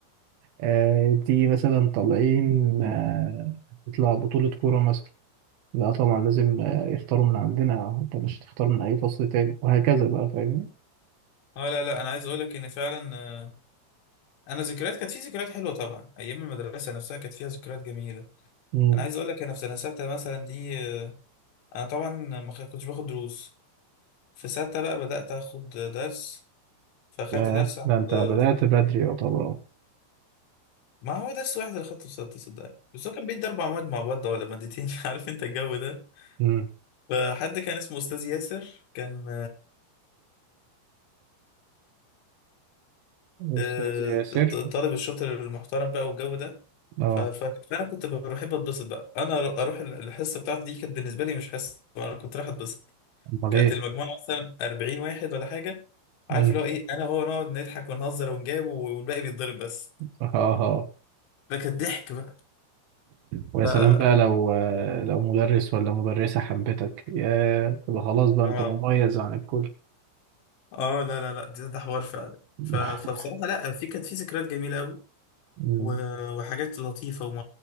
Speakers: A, on the right; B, on the left.
A: آه تيجي مثلا طالعين آه نطلع بطولة كورة مثلا لا طبعا لازم آه، يختاروا من عندنا انت مش تختار من اي فصل تاني وهكذا بقى فاهمني
B: <laughs> اه لا لا انا عايز اقول لك ان فعلا آه، انا ذكريات كانت في ذكريات حلوه طبعا ايام المدرسه نفسها كانت فيها ذكريات جميله
A: امم
B: انا عايز اقول لك انا في سنه سته مثلا دي آه، انا طبعا ما خ- كنتش باخد دروس في سته بقى بدات اخد درس فاخدت
A: ياه
B: درس عند
A: ده انت بدأت
B: آه،
A: بدري يعتبر اهو
B: ما هو درس واحد اللي خدته في سته صدقني بس هو كان بيدي اربع مواد مع بعض ولا مادتين <laughs> عارف انت الجو ده
A: امم
B: فحد كان اسمه أستاذ ياسر كان آه،
A: استاذ ياسر
B: الطالب الشاطر المحترم بقى والجو ده
A: اه
B: ف- ف- فأنا كنت بحب أتبسط بقى أنا أروح الحصة بتاعتي دي كانت بالنسبة لي مش حصة أنا كنت رايح أتبسط
A: امال
B: كانت
A: ايه
B: المجموعة مثلا 40 واحد ولا حاجة عارف
A: امم
B: اللي هو إيه أنا وهو نقعد نضحك ونهزر ونجاوب والباقي بيتضرب بس
A: ها ها
B: فكان ضحك بقى
A: ويا سلام
B: آه
A: بقى لو آه، لو مدرس ولا مدرسة حبتك يا تبقى خلاص بقى
B: آه
A: انت مميز عن الكل
B: آه، لا لا لا ده ده حوار فعلا
A: <laughs>
B: ف- فبصراحة لا في كانت في ذكريات جميلة أوي
A: مم.
B: و- وحاجات لطيفة وم-